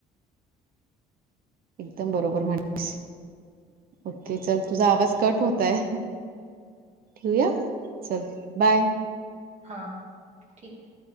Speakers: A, on the right (about 60°); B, on the right (about 45°).
A: एकदम बरोबर माणस ओके चल तुझा आवाज कट होतय ठीया चल बाय
B: हां ठीक आहे